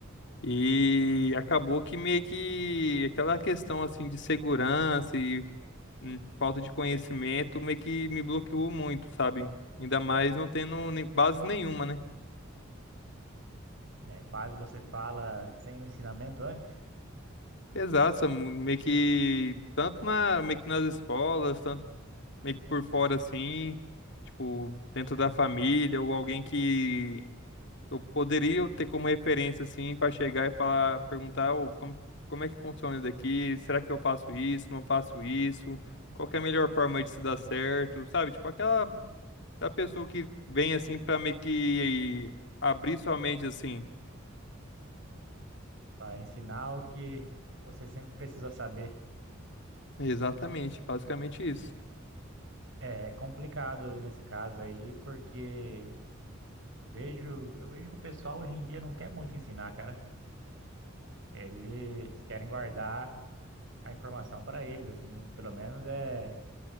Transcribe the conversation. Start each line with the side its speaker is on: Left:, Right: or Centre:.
Left: E acabou que meio que aquela questão assim de segurança e hum, falta de conhecimento meio que me bloqueou muito, sabe? Ainda mais não tendo nem- base nenhuma, né?
Right: É, base você fala sem o ensinamento antes,
Left: Exato, meio que tanto na, meio que nas escolas, tanto meio que por fora assim, tipo, dentro da família, ou alguém que eu poderia ter como referência assim para chegar e falar, perguntar, ô, como, como é que funciona isso daqui? Será que eu faço isso? Não faço isso? Qual que é a melhor forma de se dar certo? Sabe? Tipo aquela, a pessoa que vem assim para meio que abrir sua mente assim.
Right: para ensinar o que você sempre precisou saber.
Left: Exatamente, basicamente isso.
Right: É é complicado nesse caso aí, porque vejo, eu vejo que o pessoal hoje em dia não quer muito ensinar, cara. Eles querem guardar a informação para eles, assim, pelo menos é,